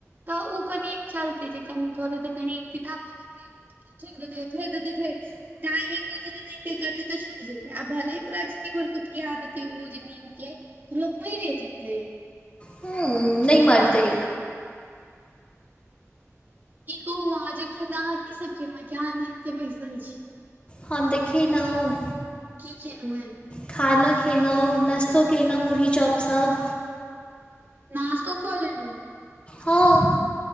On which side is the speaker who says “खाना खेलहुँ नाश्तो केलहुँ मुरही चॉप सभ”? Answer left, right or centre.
Left